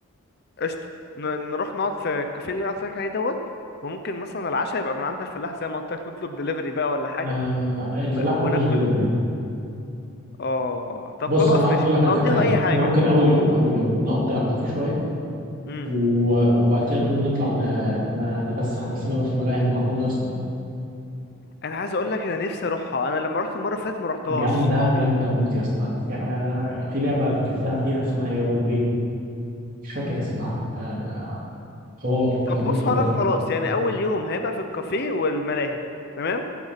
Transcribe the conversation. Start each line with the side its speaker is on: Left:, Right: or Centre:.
Left: قشطة ن- نروح نقعد في الكافيه اللي أنا قلت لك عليه دوت وممكن مثلا العشاء يبقى من عند الفلاح زي ما قلت لك نطلب دليفري بقى ولا حاجة
Right: آه الفلاح ما
Left: وناكل
Right: عندوش دليفري
Left: اه طب
Right: بص
Left: خلاص
Right: انا
Left: ماشي
Right: اقول لك على
Left: نقضيها
Right: فكرة حلوة
Left: أي حاجة
Right: احنا ممكن اول يوم اول يوم نقضي على الكافيه شوية
Left: امم
Right: و- وبعد كده نقوم نطلع ن- ن- نفسح نفسنا بقى في ملاهي المعمورة يا اسطى
Left: أنا عايز أقول لك أنا نفسي أروحها أنا لما رحت المرة اللي فاتت ما رحتهاش
Right: جامدة جامدة موت يا اسطى يعني انا في لعبة ركبتها فيها اسمها يا ربي مش فاكر اسمها آه، حوار
Left: طب
Right: في امان
Left: بص
Right: حوار
Left: هقولك خلاص يعني أول يوم هيبقى في الكافيه والملاهي تمام